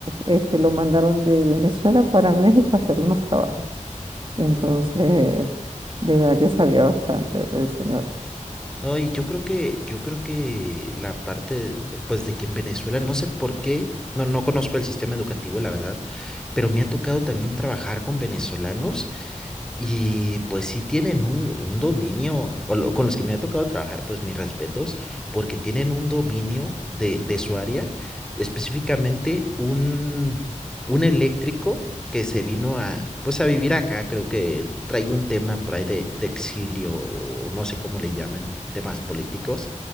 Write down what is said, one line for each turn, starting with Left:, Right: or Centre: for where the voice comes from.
Right: este, lo mandaron de Venezuela para México a hacer unos trabajos. Entonces, de verdad que sabía bastante el señor.
Centre: no, y yo creo que, yo creo que la parte, pues, de que en Venezuela, no sé por qué, no, no conozco el sistema educativo, la verdad, pero me ha tocado también trabajar con venezolanos Y pues sí tienen un, un dominio, o lo- con los que me ha tocado trabajar, pues mis respetos, porque tienen un dominio de, de su área, específicamente un, un eléctrico que se vino a, pues a vivir acá, creo que trae un tema por ahí de, de exilio, o no sé cómo le llamen, temas políticos,